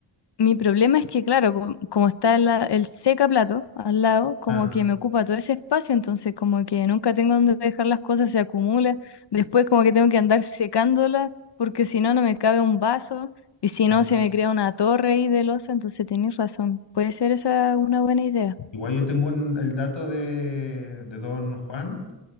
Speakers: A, on the left (about 65°); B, on the left (about 90°).
A: Mi problema es que, claro, com- como está el, el plato al lado, como
B: Ah,
A: que me ocupa todo ese espacio, entonces como que nunca tengo donde dejar las cosas, se acumula. Después como que tengo que andar secándolas, porque si no, no me cabe un vaso, y si
B: ah.
A: no, se me crea una torre ahí de losa, entonces tenés razón. Puede ser esa una buena idea.
B: Igual yo tengo un- el dato de, de don Juan.